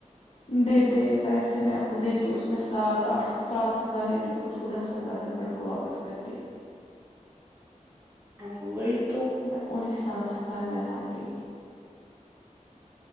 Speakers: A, on the left; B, on the right.
A: دیتے یہ پیسے میں دیتی اس میں سات آٹھ سات ہزار دیتی خود کو دس ہزار ہسبینڈ کو واپس کرتی
B: ہاں وہی تو
A: میں انہیں سات ہزار منا تی